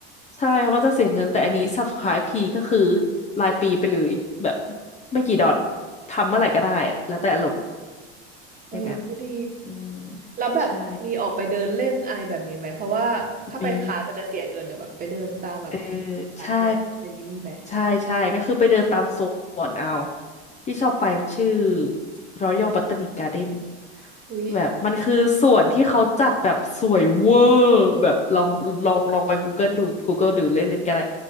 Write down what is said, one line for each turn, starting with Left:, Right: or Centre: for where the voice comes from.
Left: ใช่ เพราะมันจะเสียเงิน แต่อันนี้ subscribe ทีก็คือรายปีไปเลยแบบไม่กี่ดอนทำเมื่อไหร่ก็ได้แล้วแต่อารมณ์
Right: เออก็ดี
Left: อย่างนั้นอืม
Right: แล้วแบบมีออกไปเดินเล่นอะไรแบบนี้ไหมเพราะว่าถ้าไปคาสมันจะเสียเงินเนี่ยแบบไปเดินตามแบบ
Left: ใช่มีเออ
Right: สาธารณะอะไรอย่างนี้มีไหม
Left: ใช่ใช่ใช่ก็คือไปเดินตามสวนเอาที่ชอบไปมันชื่อ Royal Botanic Garden
Right: อุ๊ย
Left: แบบมันคือสวนที่เขาจัดแบบสวยเวอร์แบบลองลองลองไป Google ดู Google ดูเล่นเล่นก็ได้